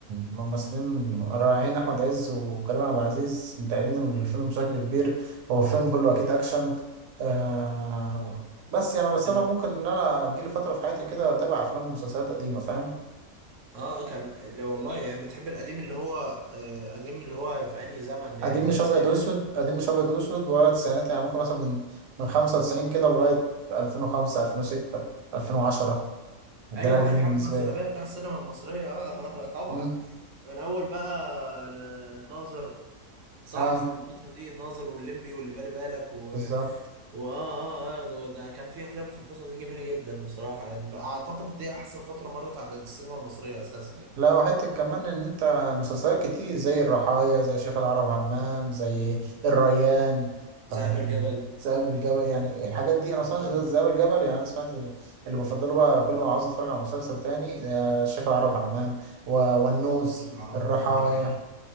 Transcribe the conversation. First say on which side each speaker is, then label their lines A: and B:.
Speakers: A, on the right (about 85°); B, on the right (about 65°).
A: ممثلين رائعين احمد عز وكريم عبد العزيز متقالين من الفيلم بشكل كبير هو فيلم كله اكيد اكشن آه بس يعني بس
B: كان
A: انا ممكن ان انا اجيلي فتره في حياتي كده اتابع افلام ومسلسلات قديمه فاهم
B: اه كان اللي والله يعني بتحب القديم اللي هو آه قديم اللي هو في انهي زمن يعني
A: قديم مش
B: التسعينات
A: ابيض واسود قديم مش ابيض واسود ورا التسعينات يعني ممكن مثلا من من 95 كده لغايه 2005 2006 2010 ده
B: ايوه
A: القديم
B: الحقبه
A: بالنسبه
B: الذهبيه
A: لي
B: بتاع السينما المصريه اه <laughs> طبعا
A: مم.
B: من اول بقى الناظر صح
A: اه
B: الفتره دي الناظر والليمبي واللي بالي بالك و...
A: بالظبط
B: واه اه اه آه، ده ده كان في افلام في الفتره دي جميله جدا بصراحه يعني اعتقد دي احسن فتره مرت على السينما المصريه اساسا
A: لا وحته كمان ان انت مسلسلات كتير زي الرحايا زي شيخ العرب همام زي
B: يعني
A: الريان فيعني
B: ذئاب الجبل
A: ذئاب الجبل يعني الحاجات دي انا اصلا
B: اه
A: ذئاب الجبل يعني انا سمعت اللي بفضله بقى كل ما عاوز اتفرج على مسلسل تاني آه، شيخ العرب همام و- والنوس
B: شيخ العرب
A: الرحايا
B: همام جميل